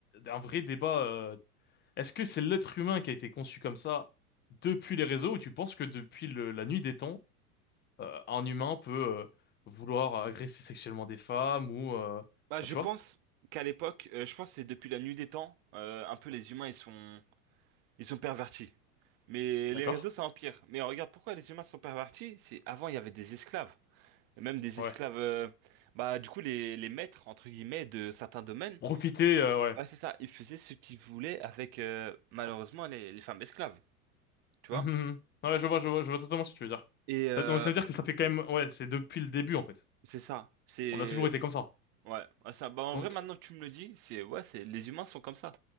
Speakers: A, on the left (about 20°); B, on the right (about 25°).
A: un vrai débat. euh, Est-ce que c'est l'être humain qui a été conçu comme ça depuis les réseaux ou tu penses que depuis le- la nuit des temps, euh, un humain peut euh, vouloir agresser sexuellement des femmes ou euh,
B: Bah,
A: enfin,
B: je
A: tu
B: pense
A: vois?
B: qu'à l'époque, euh, je pense que c'est depuis la nuit des temps, euh, un peu les humains ils sont ils sont pervertis. Mais
A: D'accord?
B: les réseaux ça empire. Mais regarde pourquoi les humains sont pervertis, c'est avant il y avait des esclaves, Et même des
A: Ouais.
B: esclaves euh, bah du coup les les maîtres entre guillemets de certains domaines.
A: Profiter, euh, ouais.
B: Ouais, c'est ça, ils faisaient ce qu'ils voulaient avec euh, malheureusement les les femmes esclaves, tu
A: Mhm,
B: vois?
A: mhm. Ouais, je vois, je vois, je vois totalement ce que tu veux dire.
B: Et euh,
A: Ça, donc ça veut dire que ça fait quand même, ouais, c'est depuis le début en fait.
B: c'est ça, c'est
A: On a toujours été comme ça.
B: ouais, Ouais, ça bah en
A: Donc,
B: vrai maintenant que tu me le dis, c'est ouais, c'est les humains sont comme ça.